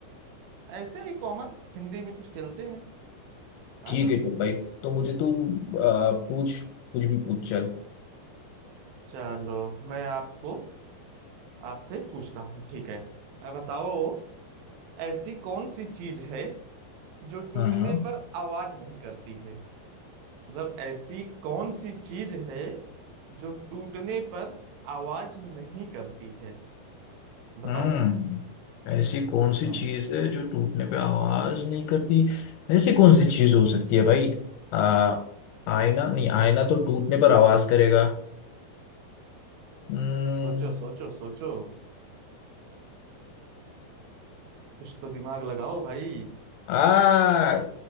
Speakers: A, on the right (about 85°); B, on the left (about 80°).
A: ऐसे ही कॉमन हिंदी में कुछ खेलते हैं आ
B: ठीक
A: जाओ
B: है चल भाई तो मुझे तू आ, पूछ कुछ भी पूछ चल
A: चलो मैं आपको आपसे पूछता हूँ ठीक है अब बताओ ऐसी कौन सी चीज है जो टूटने
B: हाँ
A: पर आवाज नहीं करती है मतलब ऐसी कौन सी चीज है जो टूटने पर आवाज नहीं करती है बताओ
B: हम्म ऐसी कौन सी
A: हम्म
B: चीज है जो टूटने पे आवाज नहीं करती ऐसी कौन सी चीज हो सकती है भाई आ, आईना नहीं
A: सो,
B: आईना तो टूटने पर आवाज करेगा हम्म
A: सोचो सोचो सोचो कुछ तो दिमाग लगाओ भाई
B: आ